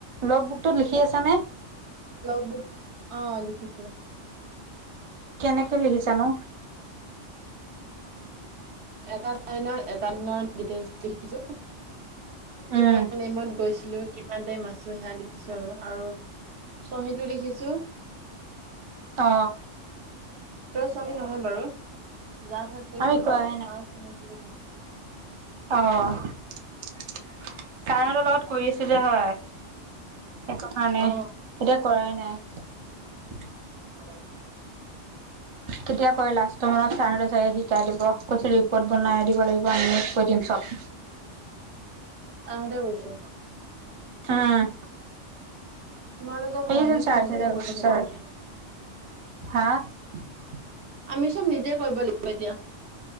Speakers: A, on the right; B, on the right.
A: লগ বুক ত লিখি আছ নে? <unintelligible>
B: ল বুক অ লিখছো?
A: কেনেকে লিখিছানো?
B: এটানৰ এটা দিনৰ ডিটেইল লিখিছো। কিমান
A: উম
B: টাইমত গৈছিলো, কিমান টাইম আছো সেয়া লিখিছো আৰু আৰু চহীটো লিখিছো।
A: অ
B: চঙি নহয় বাৰু যা চাত গৈছো
A: আমি কৰাই
B: তাৰ চঙ বুলি কৈছো। <unintelligible>
A: আহ ছাৰহতৰ লগত কৰি আছো যে হয়। একো কাৰণে এতিয়া
B: অ
A: কৰাই নাই।
B: বুজি পালা নাই।
A: কেতিয়া কয় লাষ্টৰ মানত চাৰতে চাই আহি। <unintelligible> শিকাই দিব কৈছো ৰিপৰ্ট বনাই দিব লাগিব আমি কৈ দিম চব।
B: মা হতে গৈছে।
A: অঁ
B: তোমালোকৰ ভাল
A: এই
B: আমি
A: যে চাৰ
B: চব নিজে
A: যে
B: কৰিব লাগিব
A: চাৰ
B: এতিয়া
A: হা <unintelligible> <inaudible>
B: আমি চব নিজে কৰিব লাগিব এতিয়া।